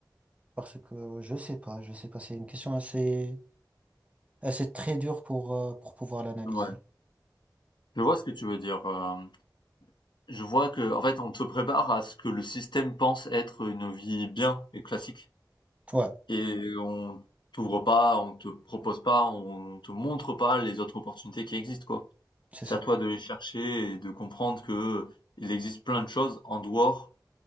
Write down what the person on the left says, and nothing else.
Ouais, je vois ce que tu veux dire, hem, je vois que en fait, on se prépare à ce que le système pense être une vie bien et classique
et on t'ouvre pas, on te propose pas, on te montre pas les autres opportunités qui existent, quoi.
c'est
à toi de les chercher et de comprendre que il existe plein de choses en dehors